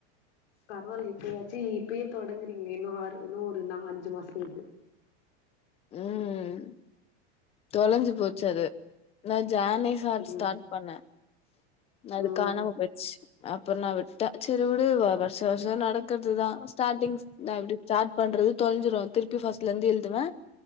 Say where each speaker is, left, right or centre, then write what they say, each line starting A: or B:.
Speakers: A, on the left; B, on the left.
A: பரவால்ல இப்பயாச்சு இப்பயே தொடங்குறீங்களே இன்னு இன்னு ஒரு நாலு அஞ்சு அஞ்சு மாசலருந்து
B: ம் தொலஞ்சு போ ச்சு அது நா ஜேனி ச ஸ்டார்ட்
A: ம்
B: பண்ணே அதுக்காணாம
A: ஓ
B: போய்ச்சு அப்புற நா விட்ட செரி உடு வருஷ வருஷ் வருசோ நடக்கறது தா ஸ்டாடிங் நா எப்டி ஸ்டாட் பண்றது தொலஞ்சிரு திருப்பி ஃபஸ்ட்ல இருந்து எழுதுவே